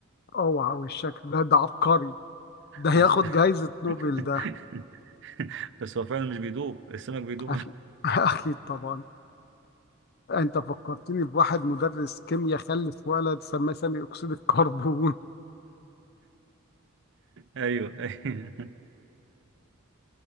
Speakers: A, on the left; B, on the right.
A: اوعى والشكل ده ده عبقري ده هياخد
B: بس
A: جايزة نوبل
B: <laughs>
A: ده
B: <laughs> بس هو فعلا مش بيدوب السمك بيدوب
A: أكيد
B: <laughs>
A: <laughs> أكيد طبعا انت فكرتني بواحد مدرس كيمياء خلف ولد سماه سامي اكسيد الكربون
B: ايوه ايوه